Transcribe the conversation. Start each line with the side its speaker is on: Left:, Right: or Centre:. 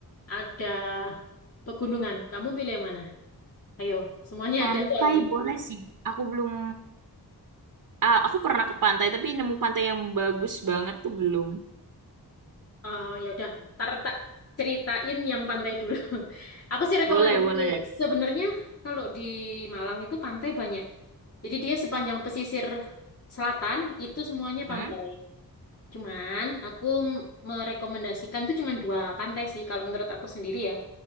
Left: ada pegunungan. Kamu pilih yang mana? Ayo, semuanya
Right: Pantai
Left: ada soalnya.
Right: boleh sih. Aku belum... ah, aku pernah ke pantai, tapi nemu pantai yang bagus banget tuh belum.
Left: Oh, ya udah, ntar tak ceritain yang pantai dulu. <laughs> Aku sih rekomendasi
Right: Boleh, boleh.
Left: sebenarnya kalau di Malang itu pantai banyak. Jadi dia sepanjang pesisir selatan itu semuanya
Right: Hmm?
Left: pantai. Cuman aku m- merekomendasikan tuh cuman dua pantai sih kalau menurut aku sendiri ya.